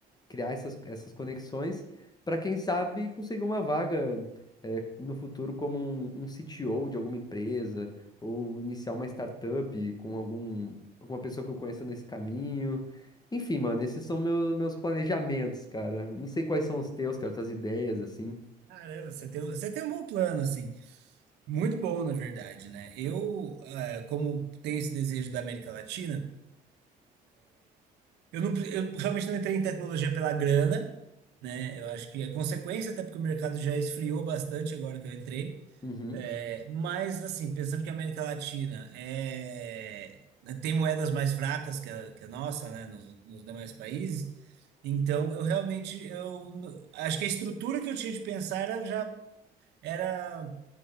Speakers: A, on the left; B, on the right.
A: criar essas, essas conexões para quem sabe conseguir uma vaga eh, no futuro como um, um CTO de alguma empresa ou iniciar uma startup com algum, alguma pessoa que eu conheça nesse caminho. Enfim, mano, esses são meus, meus planejamentos, cara. Não sei quais são os teus, cara, tuas ideias, assim.
B: Caramba, você tem, você tem um bom plano, assim. Muito bom, na verdade, né? Eu, é, como tenho esse desejo da América Latina, eu, não, pre- eu realmente não entrei em tecnologia pela grana, né? Eu acho que é consequência, até porque o mercado já esfriou bastante agora que eu entrei.
A: Uhum,
B: É, mas, assim, pensando que a América Latina é, né, tem moedas mais fracas que a, que a nossa, né, nos, nos demais países, então eu realmente eu n- acho que a estrutura que eu tinha de pensar era já era